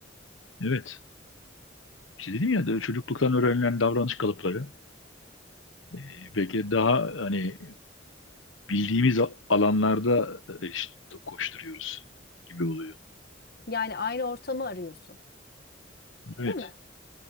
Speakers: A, on the left (about 80°); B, on the left (about 50°).
A: Evet. İşte dedim ya de çocukluktan öğrenilen davranış kalıpları e, belki de daha hani bildiğimiz a- alanlarda e, işte koşturuyoruz gibi oluyor.
B: Yani aynı ortamı arıyorsun,
A: Evet.
B: değil mi?